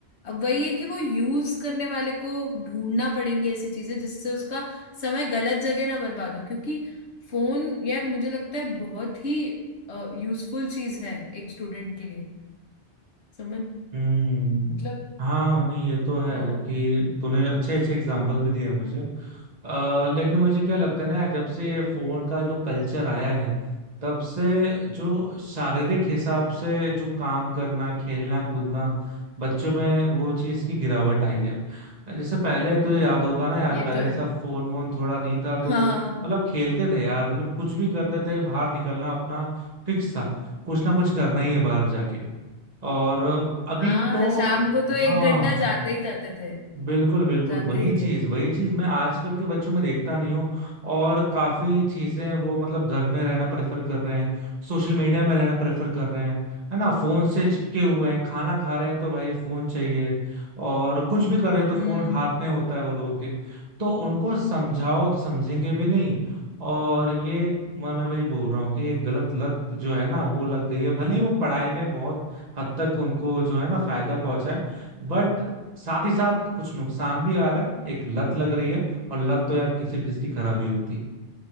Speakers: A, on the left; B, on the right.
A: अब वही है कि वो यूज करने वाले को ढूंढना पड़ेंगे ऐसी चीजें जिससे उसका समय गलत जगह ना बर्बाद हो क्योंकि फोन यार मुझे लगता है बहुत ही यूजफुल चीज है एक स्टूडेंट के लिए समझ
B: हम्म
A: मतलब
B: हाँ नहीं ये तो है
A: अ,
B: कि तूने अच्छे अच्छे एग्जाम्पल भी दिए मुझे आ, लेकिन मुझे क्या लगता है ना जब से ये फोन का जो कल्चर आया है तब से जो शारीरिक हिसाब से जो काम करना खेलना कूदना बच्चों में वो चीज की गिरावट आई है जैसे पहले तुझे
A: हम्म
B: याद होगा ना यार
A: ये
B: पहले
A: तो है
B: सब फोन वोन थोड़ा नहीं था तो
A: हाँ
B: मतलब खेलते थे यार मतलब कुछ भी करते थे बाहर निकलना अपना फिक्स था कुछ ना कुछ करना ही है बाहर जाके और अभी
A: हाँ
B: तो
A: शाम को तो एक
B: हाँ
A: घंटा जाते ही जाते थे
B: बिल्कुल बिल्कुल
A: जाते
B: वही
A: ही
B: चीज
A: थे
B: वही चीज मैं आजकल के बच्चों में देखता नहीं हूँ और काफी चीजें वो मतलब घर में रहना प्रेफर कर रहे हैं सोशल मीडिया में रहना प्रेफर कर रहे हैं है ना फोन से चिपके हुए हैं खाना खा रहे हैं तो भाई फोन चाहिए और कुछ भी कर रहे हैं तो
A: हम्म
B: फोन हाथ में होता है वो लोगों के तो उनको समझाओ तो समझेंगे भी नहीं और ये मैं मैं वही बोल रहा हूँ कि ये गलत लत जो है ना वो लग गई है भले ही वो पढ़ाई में बहुत हद तक उनको जो है ना फायदा पहुंचाए बट साथ ही साथ कुछ नुकसान भी आ रहा है एक लत लग रही है और लत तो यार किसी भी चीज की खराबी होती है